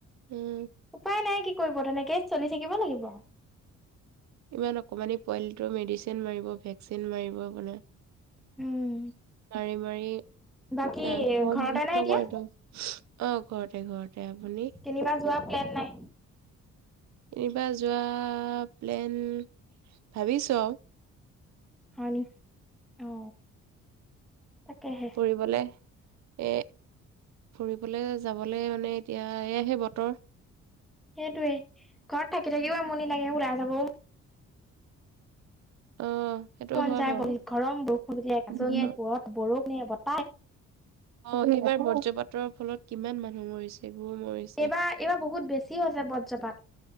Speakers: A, on the right; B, in the centre.
A: উম,
B: উপায় নাই কি কৰিব তেনেক কে চলি থাকিব লাগিব আও
A: ইমান অকমানি পোৱালিটো মেডিচিন মাৰিব ভেকচিন মাৰিব আপোনাৰ
B: উম
A: মাৰি মাৰি
B: বাকী ঘৰতে
A: <unintelligible>
B: নাই এতিয়া
A: কৰে টো অ ঘৰতে ঘৰতে আপুনি
B: কেনিবা যোৱা প্লেন নাই
A: এইবা যোৱা প্লেন ভাবিছোঁ আও
B: হয় নি অ তাকেহে
A: ফুৰিবলে এই ফুৰিবলৈ যাবলে মানে এতিয়া এয়াহে বতৰ।
B: সেইটোৱে ঘৰত থাকি, থাকিও আমনি লাগে ওলাই যাবও
A: অ সেইটো
B: মন
A: হয়
B: যায়
A: বাৰু
B: <inaudible> বৰষুণ দিয়ে,
A: বতৰ
B: গাজনিয়ে ৰ'দ বৰ <inaudible>
A: অ', এইবাৰ বজ্ৰপাতৰ ফলত কিমান মানুহ মৰিছে। গৰু মৰিছে
B: এইবাৰ, এইবাৰ বহুত বেছি হৈছে বজ্ৰপাত।